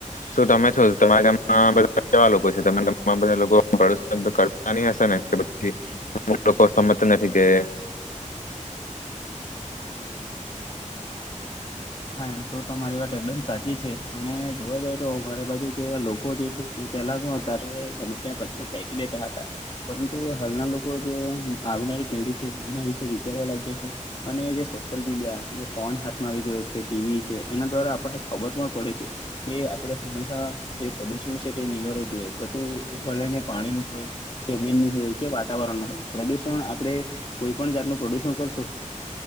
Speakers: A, on the left; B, on the left.
A: શું તમે છો તમારા ગામમાં કેવા લોકો છે તમારા ગામમાં બધા લોકો પ્રદુષણ કરતા ન હશે ને કે પી અમુક લોકો સમજ નથી કે? <inaudible>
B: હા એમ ટો ટમારી વાટ એક્ડમ સાચી છે અને જોવા જઈએ તો, અમારી બાજુ જેવા લોકો જે છે તે પેલા શું હતા ગમે ત્યાં કચરો ફેંકી દેટા હટા પરંટુ હાલના લોકો જે આવનારી પેઢી છે એના વિશે વિચારવા લાગ્યા છે. અને જે સોસયલ મીડિયા, જે ફોન હાથમાં આવી ગયો છે છે ટીવી છે, એના દ્વારા આપણને ખબર પણ પડે છે, કે આપણે હંમેસા જે પ્રડુસણ છે તે નિવારવું જોઈએ, પછી એ ભલે ને પાણીનું હોય, જમીનનું હોય, કે વાતાવરણનું હોય. પ્રડુસણ, આપણે કોઈ પણ જાતનું પ્રડુસણ કરસુ